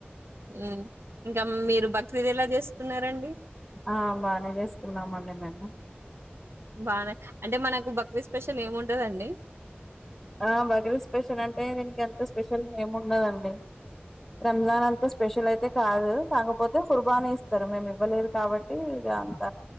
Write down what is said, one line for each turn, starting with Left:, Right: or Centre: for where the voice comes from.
Right: హ్మ్ ఇంకా మీరు బ ది ఎలా చేసుకున్నారండి
Centre: ఆ బానే చేసుకున్నామ అండి మేము
Right: బానే అంటే మనకు బక్రీద్ స్పెషల్ ఏముంటదండి
Centre: ఆ బక్రీద్ స్పెషల్ అంటే దీనికి ఎంత స్పెషల్ ఏమి ఉండదండి రంజాన్ అంతా స్పెషల్ అయితే కాదు కాకపోతే కుుర్బానీ ఇస్తారు మేము ఇవ్వలేదు కాబట్టి ఇది అంత